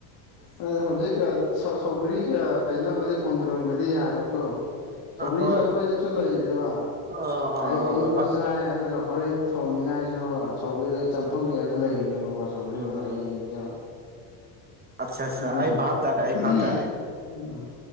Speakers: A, on the left; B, on the right.
A: ꯑ ꯍꯧꯖꯤꯛ ꯁꯧꯒ꯭ꯔꯤꯒ ꯀꯩꯅꯣꯕꯨꯗꯤ ꯈꯣꯟꯗ꯭ꯔꯨꯝꯒꯗꯤ ꯌꯥꯔꯦꯀꯣ ꯁꯧꯒ꯭ꯔꯤꯁꯨ
B: ꯍꯣꯏ
A: ꯑꯩꯈꯣꯏꯗꯁꯨ ꯂꯩꯔꯕ
B: ꯑꯥ ꯑꯥ
A: ꯑꯩꯌꯨꯛꯁꯨ
B: ꯑꯥ
A: ꯆꯥꯏ ꯑꯗꯨꯒ ꯍꯣꯔꯦꯟ ꯊꯣꯡꯅꯤꯡꯉꯥꯏꯁꯨ ꯁꯧꯒ ꯆꯝꯐꯨꯒꯤ ꯑꯗꯨ ꯂꯩꯑꯕꯀꯣ ꯁꯧꯒꯔꯤꯕꯨꯗꯤ
B: ꯎꯝ
A: ꯍꯌꯦꯡꯒꯤꯁꯨ
B: ꯑꯠꯆꯥ ꯑꯠꯆꯥ
A: ꯑꯗꯨꯗꯒꯤ
B: ꯑꯩ
A: ꯎꯝ
B: ꯚꯥꯞ ꯇꯥꯔꯦ ꯑꯩ ꯚꯥꯞ ꯇꯥꯔꯦ